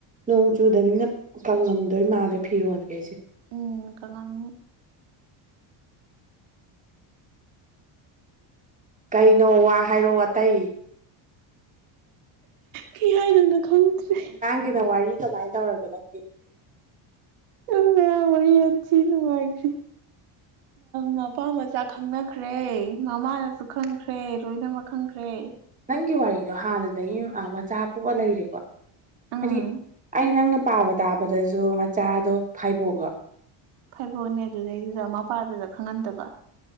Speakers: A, on the right; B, on the right.
A: ꯅꯣꯡ ꯆꯨꯗꯅꯤꯅ ꯀꯪꯉꯝꯗꯣꯏ ꯃꯥꯜꯂꯦ ꯐꯤꯔꯣꯟꯒꯦ ꯑꯩꯁꯦ
B: ꯎꯝ ꯀꯉꯅꯤ
A: ꯀꯩꯅꯣ ꯋꯥ ꯍꯥꯏꯔꯣ ꯑꯇꯩ
B: ꯀꯩ ꯍꯥꯏꯅꯣꯏꯅꯣ ꯈꯪꯗ꯭ꯔꯦ
A: ꯅꯪꯒꯤꯗ ꯋꯥꯔꯤ ꯀꯃꯥꯏꯅ ꯇꯧꯔꯒꯦ ꯅꯪꯒꯤ
B: ꯉ ꯑꯣꯏ ꯌꯥ ꯆ ꯅꯨꯅꯨꯡꯉꯥꯏꯒꯔꯤ ꯃꯄꯥ ꯃꯆꯥ ꯈꯪꯅꯈ꯭ꯔꯦ ꯃꯃꯥꯅꯁꯨ ꯈꯪꯈ꯭ꯔꯦ ꯂꯣꯏꯅꯃꯛ ꯈꯪꯈ꯭ꯔꯦ
A: ꯅꯪꯒꯤ ꯋꯥꯔꯤꯗꯣ ꯍꯥꯟꯅꯗꯒꯤ ꯃꯆꯥ ꯄꯣꯛꯑ ꯂꯩꯔꯦꯀꯣ
B: ꯎꯝ
A: ꯍꯥꯏꯗꯤ ꯑꯩ ꯅꯪꯅ ꯄꯥꯕ ꯇꯥꯕꯗꯁꯨ ꯃꯆꯥꯗꯣ ꯐꯥꯏꯕꯣꯛꯒ
B: ꯐꯩꯕꯣꯅꯦ ꯑꯗꯨꯗꯩꯗꯨꯗ ꯃꯄꯥꯗꯨꯗ ꯈꯪꯍꯟꯗꯕ